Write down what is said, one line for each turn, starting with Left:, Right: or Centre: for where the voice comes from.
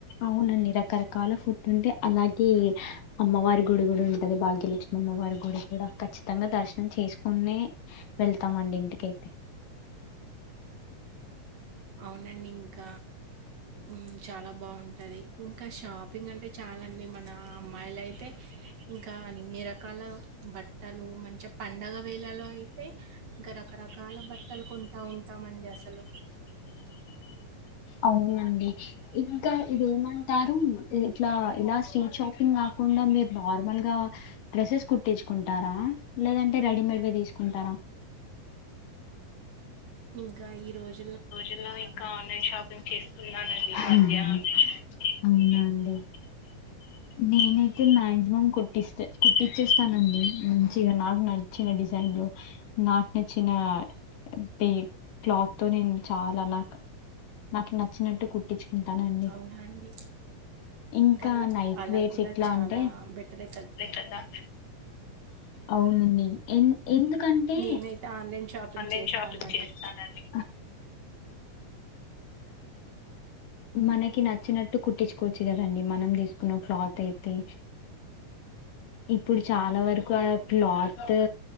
Left: అవునండి రకరకాల ఫుడ్ ఉంటే అలాగే అమ్మవారి గుడి కూడా ఉంటది భాగ్యలక్ష్మి అమ్మవారి గుడి కి కూడా ఖచ్చితంగా దర్శనం చేసుకునే వెళ్తామండి ఇంటికైతే
Right: అవునండి ఇంక ఉమ్ చాలా బాగుంటుంది ఇంకా షాపింగ్ అంటే చాలా అండి మన అమ్మాయిల అయితే ఇంకా అన్ని రకాల బట్టలు మంచిగా పండగ వేళలో అయితే ఇంకా రకరకాల బట్టలు కొంటా ఉంటామండి అసలు
Left: అవునండి ఇ ఇంకా ఇదేమంటారు ఇట్లా ఇలా స్ట్రీట్ షాపింగ్ మొత్తం కాకుండా మీరు నార్మల్ గా డ్రెస్సెస్ కుట్టించుకుంటారా లేదంటే రెడీ మేడ్ వే తీసుకుంటారా
Right: ఇంకా ఈ రోజు
Left: రోజుల్లో ఇంకా ఆన్లైన్ షాపింగ్ చేస్తున్నానండి ఈ మధ్య అవునా అండి ఎంటాండి నేనైతే మాక్సిమం కుట్టిస్తే కుట్టించేస్తానండి మంచిగా నాకు నచ్చిన డిజైన్లో నాకు నచ్చిన అంటే క్లాత్ తో నేను చాలా నాకు నాకు నచ్చినట్టు కుట్టిచ్ కుంటానండి
Right: అవునా అండి?
Left: ఇంకా
Right: అలా
Left: నైట్
Right: అలా
Left: వేర్స్
Right: కూడా
Left: ఎట్లా
Right: చాలా
Left: అంటే
Right: బెటరే
Left: కదా అవునండి ఎ ఎందుకంటే
Right: నేనైతే ఆన్లైన్ షాపింగ్
Left: ఆన్లైన్
Right: చేస్తానండి
Left: షాపింగ్ చేస్తానాని మనకి న నచ్చినట్టు కుట్టించుకోవచ్చు కదండి మనం తీసుకున్న క్లాత్ అయితే ఇప్పుడు చాలా వరకు ఆ క్లాతు